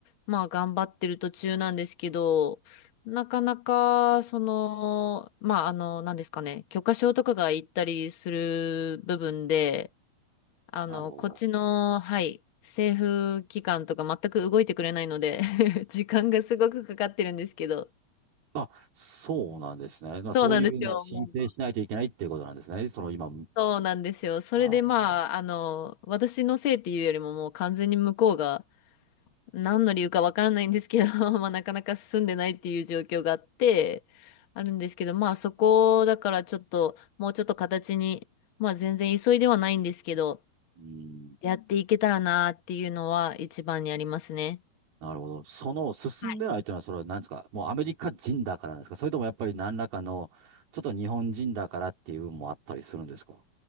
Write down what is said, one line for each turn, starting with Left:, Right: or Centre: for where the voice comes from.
Left: まあ、頑張ってる途中なんですけど、なかなか、その、まあ、あの、なんですかね、許可証とかが行ったりする部分で、あの、
Right: なるほど。
Left: こっちの、はい、政府機関とか全く動いてくれないので <laughs> 時間がすごくかかってるんですけど。
Right: あ、そうなんですね。まあ、そういうのを申請しないといけないっていうことなんですね。
Left: そうなんですよ。もう
Right: その今、
Left: そうなんですよ。それでまあ、
Right: あ、
Left: あの、私のせいっていうよりももう完全に向こうが何の理由かわかんないんですけど、<laughs> まあなかなか進んでないっていう状況があって、あるんですけど、まあそこだからちょっと、もうちょっと形に、まあ全然急いではないんですけど、
Right: うん、
Left: やっていけたらなっていうのは一番にありますね。
Right: なるほど。その進んでないというのは、
Left: はい
Right: それは何ですかもうアメリカ人だからなんですかそれともやっぱり何らかの、ちょっと日本人だからっていう部分もあったりするんですか